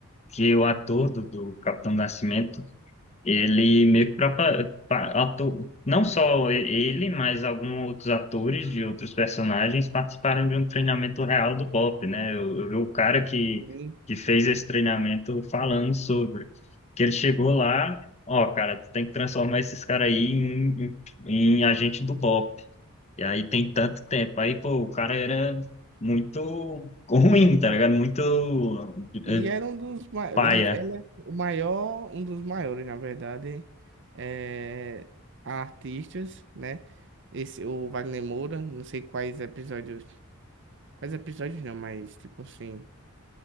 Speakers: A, on the left (about 30°); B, on the right (about 55°).
A: que o ator do, do Capitão Nascimento, ele meio que propa- pa- ator, não só e- ele, mas alguns outros atores de outros personagens participaram de um treinamento real do Bop, né? Eu, eu vi o cara que,
B: Sim.
A: que fez esse treinamento falando sobre, que ele chegou lá, ó, cara, tu tem que transformar esses caras aí em, em, em agente do Bop. E aí tem tanto tempo. Aí, pô, o cara era muito <laughs> ruim, tá ligado? Muito
B: E
A: eh,
B: era um dos maiores,
A: paia,
B: ele, ele é o maior, um dos maiores, na verdade, é, artistas, né? Esse, o Wagner Moura, não sei quais episódios, quais episódios não, mas tipo assim,